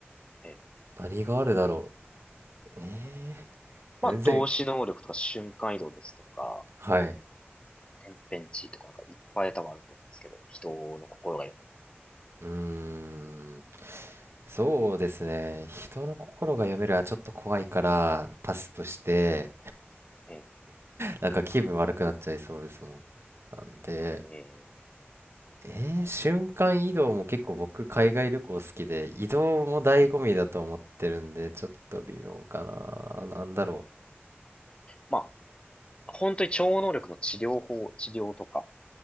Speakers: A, on the left (about 25°); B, on the right (about 75°).
A: ね。
B: 何があるだろう。え
A: まあ、
B: えー全然。
A: 透視能力とか瞬間移動ですとか、
B: はい。
A: 天変地異とかなんかいっぱい多分あると思うんですけど、人の心が読める
B: うーん。そうですね。人の心が読めるはちょっと怖いからパスとして、
A: とね。
B: なんか気分悪くなっちゃいそうですもん。なんで、
A: ええええ
B: えー瞬間移動も結構僕海外旅行好きで、移動も醍醐味だと思ってるんで、ちょっと微妙かな。なんだろ
A: まあ、本当に超能力の治療法、治療とか、